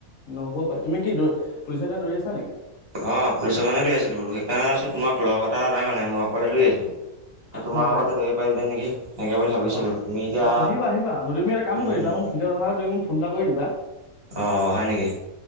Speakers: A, on the left; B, on the right.
A: নহ'ব পাৰে তুমি কি দ পুলিচ কাৰণে দৌৰি আছা নেকি?
B: অ', পুলিচৰ কাৰণে দৌৰি আছিলো বোলো সেইকাৰণে ভাবিছো তোমাক লগ এটা নাই মানে মই অ'কলে দৌৰি আছিলো, তোমাৰ
A: হয়
B: লগতে
A: হয়
B: দৌৰিব পাৰিলোহেতেন নেকি। এনেকে বুলি ভাবিছিলোঁ
A: অ',
B: তুমি এতিয়া
A: অ', আহিবা আহিবা তুমি এটা কাম
B: উম
A: কৰিবা
B: উম
A: মোৰ ভিলডত অহাৰ আগত তুমি মোক ফোন এটা কৰি দিবা।
B: অ' হয় নেকি?